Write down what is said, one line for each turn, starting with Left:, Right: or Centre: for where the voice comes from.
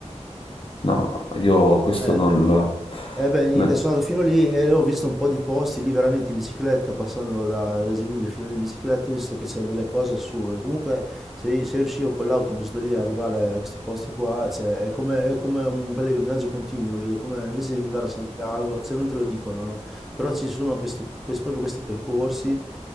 Left: no, io questo
Centre: No, eh.
Left: non lo...
Centre: Eh beh, niente,
Left: ne-
Centre: sono andato fino lì e ho visto un po' di posti lì veramente in bicicletta, passando da Reggio Emilia fino lì in bicicletta, ho visto che c'è delle cose assurde. Comunque, se, se riuscivo con l'autobus da lì a arrivare a questi posti qua, cioè, è come, è come un pellegrinaggio continuo lì, è come invece di andare a Santiago, cioè non te lo dicono, no? Però ci sono questi, questi- proprio questi percorsi,